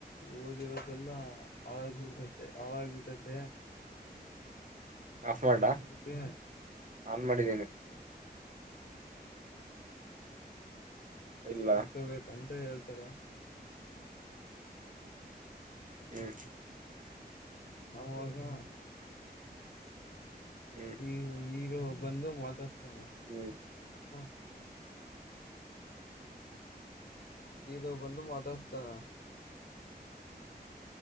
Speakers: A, on the left; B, on the right.
A: ಓದಿರೋದೆಲ್ಲ ಹಳಾಗ್ ಬಿಡ್ತತೆ ಹಳಾಗಬಟ್ಟತ್ತ
B: ಆಫ್ ಮಾಡ್ಲಾ
A: ಅದಕ್ಕೆ
B: ಆನ್ ಮಾಡಿದ್ದೀನಿ ಇಲ್ಲ
A: ಓದ್ಕೊಬೇಕಂತ ಹೇಳ್ತಾರ
B: ಹ್ಮ್
A: ಹಾಗ
B: ಹ್ಮ್
A: ಈ ಈರು ಬಂದು ಮಾತಸ್ತಾನ
B: ಹ್ಮ್ ಹ್ಮ್
A: ಹ ಇರೋ ಬಂದು ಮಾತಾಡ್ಸ್ತಾನ